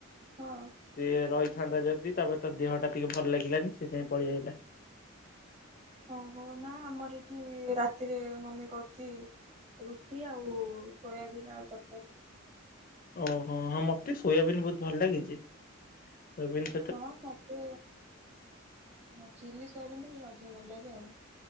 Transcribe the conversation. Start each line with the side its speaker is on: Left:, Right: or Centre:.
Right: ହଁ।
Left: ସିଏ ରହିଥାନ୍ତା ଯଦି ତାପରେ ତା ଦେହ ଟା ଟିକେ ଭଲ ଲାଗିଲାନି ସେ ଯାଇ ପଲିଆଇଲା।
Right: ଓହୋ ନା ଆମର ଏଠି ରାତିରେ ମମି କରୁଛି ରୁଟି ଆଉ ସୋୟାବିନ୍ ଆଳୁ ତରକାରୀ।
Left: ଓହୋ ହଁ ମତେ ସୋୟାବିନ୍ ବହୁତ ଭଲ ଲାଗେ ଯେ ସୋୟବିନ୍
Right: ହଁ ମୋତେ ହଁ ଚିଲ୍ଲି ସୟାବିିନ ଟିକେ ଅଧିକ ଭଲ ଲାଗେ ଆଉ।